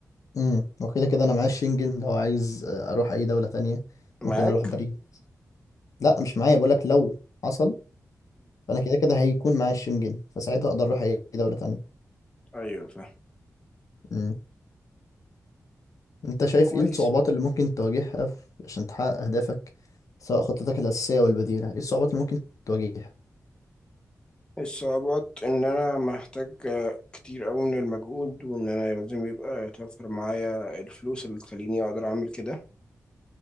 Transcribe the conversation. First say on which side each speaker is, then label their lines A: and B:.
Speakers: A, on the left (about 70°); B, on the left (about 15°).
A: امم وكده كده انا معايا الشنجن لو عايز اروح اي دولة تانية
B: معاك
A: ممكن اروح باريس لا مش معايا بقول لك لو حصل فانا كده كده هيكون معايا الشنجن فساعتها اقدر اروح اي دولة تانية
B: ايوه فاهم
A: امم انت شايف
B: كويس
A: ايه الصعوبات اللي ممكن تواجهها في- عشان تحقق اهدافك سواء خطتك الاساسية والبديلة ايه الصعوبات اللي ممكن تواجهها
B: الصعوبات ان انا محتاج آه، كتير قوي من المجهود وان انا لازم يبقى يتوفر معايا الفلوس اللي تخليني اقدر اعمل كده